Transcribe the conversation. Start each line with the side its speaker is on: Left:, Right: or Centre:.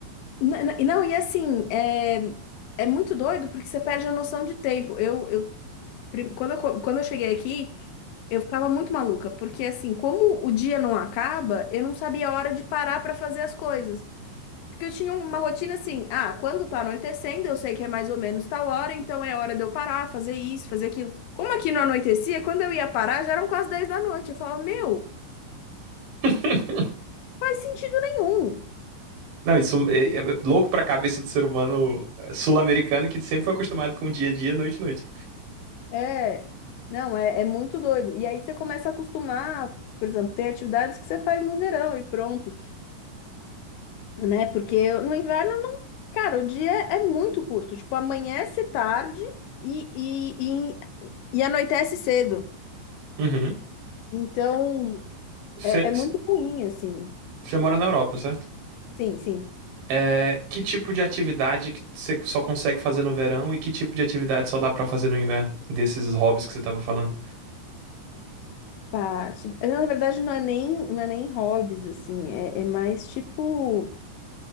Left: N- n- Não, e assim, é, é muito doido porque você perde a noção de tempo. Eu, eu, prim- quando eu, co- quando eu cheguei aqui, eu ficava muito maluca, porque assim, como o dia não acaba, eu não sabia a hora de parar para fazer as coisas. Porque eu tinha uma rotina assim, ah, quando tá anoitecendo, eu sei que é mais ou menos tal hora, então é hora de eu parar, fazer isso, fazer aquilo. Como aqui não anoitecia, quando eu ia parar, já eram quase 10 da noite. Eu falava, meu,
Right: <laughs>
Left: faz sentido nenhum.
Right: Não, isso é, é louco pra cabeça do ser humano é, sul-americano que sempre foi acostumado com dia a dia, noite a noite.
Left: É, não, é, é muito doido. E aí você começa a acostumar, por exemplo, tem atividades que você faz no verão e pronto, né? Porque no inverno não. Cara, o dia é muito curto. Tipo, amanhece tarde e, e, e, e anoitece cedo.
Right: Uhum.
Left: Então,
Right: Você
Left: é, é muito ruim, assim.
Right: mora na Europa, certo?
Left: Sim, sim.
Right: É, que tipo de atividade que você só consegue fazer no verão e que tipo de atividade só dá pra fazer no inverno? Desses hobbies que você tava falando.
Left: Pá, ti- Na verdade, não é nem, não é nem hobbies, assim. É, é mais tipo.